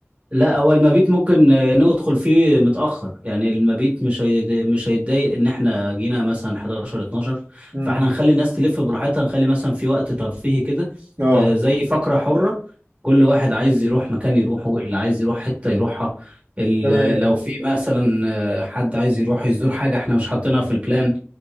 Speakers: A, on the right (about 30°); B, on the right (about 70°).
A: لا هو المبيت ممكن آه، ندخل فيه متأخر يعني المبيت مش هي... مش هيتضايق ان احنا جينا مثلا 11 12
B: امم
A: فاحنا هنخلي الناس تلف براحتها نخلي مثلا في وقت ترفيهي كده
B: اه
A: آه، زي فقرة حرة كل واحد عايز يروح مكان يروحه اللي عايز يروح حتة يروحها ال-
B: تمام
A: لو في مثلا آه، حد عايز يروح يزور حاجة احنا مش حاطينها في البلان